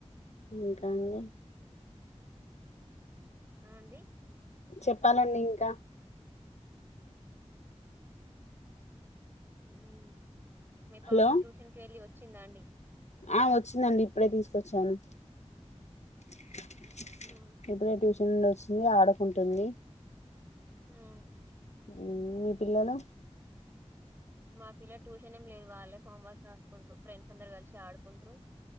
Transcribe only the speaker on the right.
ఆ అండి
ఉమ్ మీ పాప
ట్యూషన్కెళ్ళి వ చ్చిందా అండి
ఊహు.
ఆహ
మా పిల్లలు ట్యూషన్ ఏం లేదు వాళ్ళే హోంవర్క్ రాసుకుంట్రు. ఫ్రెండ్స్ అందరూ కలిసి ఆడుకుంట్రు